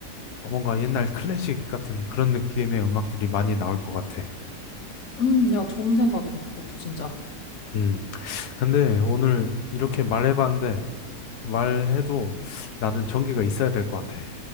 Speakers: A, on the left; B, on the left.
A: 어, 뭔가 옛날 클래식 같은 그런 느낌의 음악들이 많이 나올 것 같아.
B: 음, 야, 좋은 생각이다. 그것도 진짜.
A: 음. 근데 오늘 이렇게 말해봤는데 말해도 나는 전기가 있어야 될 것 같아.